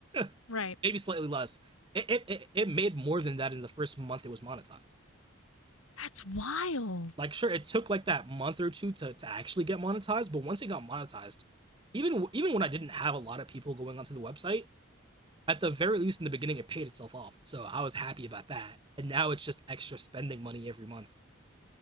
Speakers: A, on the right (about 25°); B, on the left (about 80°).
A: <laughs>
B: Right.
A: maybe slightly less. it it it made more than that in the first month it was monetized.
B: That's wild.
A: Like, sure, it took like that month or two to, to actually get monetized, but once it got monetized, even even when I didn't have a lot of people going onto the website, at the very least in the beginning, it paid itself off. So I was happy about that. And now it's just extra spending money every month.